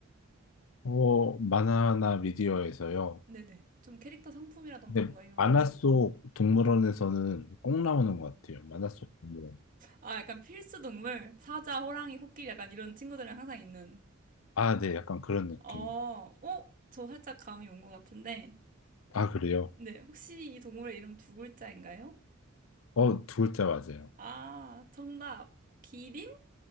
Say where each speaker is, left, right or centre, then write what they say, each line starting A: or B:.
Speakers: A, on the left; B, on the right.
A: 어, 만화나 미디어에서요.
B: 네네. 좀 캐릭터 상품이라던가
A: 근데
B: 뭔가 이런
A: 만화 속 동물원에서는 꼭 나오는 것 같아요. 만화 속 동물원.
B: 아 약간 필수 동물 사자, 호랑이, 코끼리 약간 이런 친구들이랑 항상 있는
A: 아, 네, 약간 그런 느낌.
B: 어, 어? 저 살짝 감이 온 것 같은데
A: 아, 그래요?
B: 네 혹시 이 동물의 이름 두 글자인가요?
A: 어, 두 글자 맞아요.
B: 아 정답 기린?